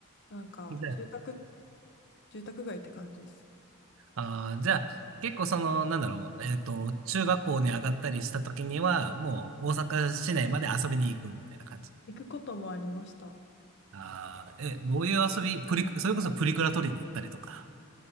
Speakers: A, on the left; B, on the right.
A: なんか住宅、
B: い。じゃ
A: 住宅街って感じですね。
B: あ、あー、じゃあ、結構その、なんだろう、えっと、中学校に上がったりした時には、もう大阪市内まで遊びに行くみたいな感じ。
A: 行くこともありました。
B: ああ、え、どういう遊び、プリク、それこそプリクラ取りに行ったりとか。